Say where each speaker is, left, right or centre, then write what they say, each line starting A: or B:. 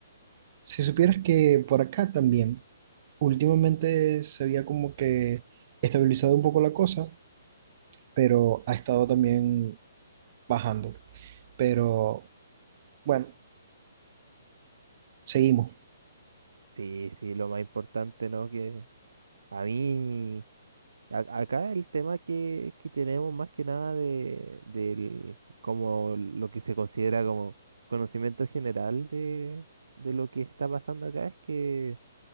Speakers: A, on the right (about 40°); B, on the right (about 65°).
A: Si supieras que por acá también, últimamente se había como que estabilizado un poco la cosa, pero ha estado también bajando. Pero bueno, seguimos.
B: Sí, sí, lo más importante, ¿no? Que a mí... A- Acá el tema que, que tenemos más que nada de, del, como lo que se considera como conocimiento general de, de lo que está pasando acá es que